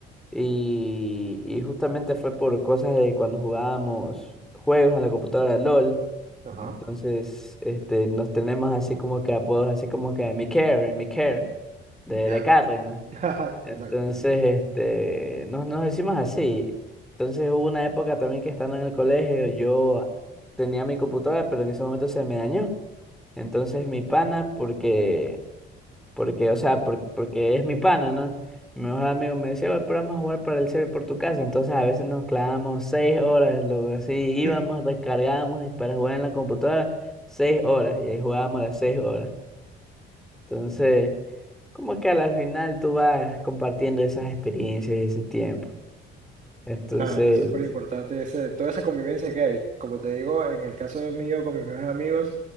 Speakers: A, in the centre; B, on the right.
A: y, y justamente fue por cosas de cuando jugábamos juegos en la computadora LOL,
B: Ajá,
A: entonces este, nos tenemos así como que apodos, así como que mi care, mi care, de,
B: ya.
A: de Carry,
B: <laughs> Ajá, es-
A: entonces,
B: Exacto.
A: este, nos, nos decimos así. Entonces hubo una época también que estando en el colegio, yo tenía mi computadora, pero en ese momento se me dañó. Entonces mi pana, porque, porque, o sea, por- porque es mi pana, ¿no? Mi mejor amigo me decía, "Oye, pero vamos a jugar para el server por tu casa. Entonces a veces nos clavamos seis horas, luego así íbamos,
B: <laughs>
A: descargábamos y para jugar en la computadora, seis horas, y ahí jugábamos las seis horas. Entonces... Como que a la final tú vas compartiendo esas experiencias ese tiempo. Entonces,
B: Claro, es súper importante ese, toda esa convivencia que hay. Como te digo, en el caso mío con mis mejores amigos,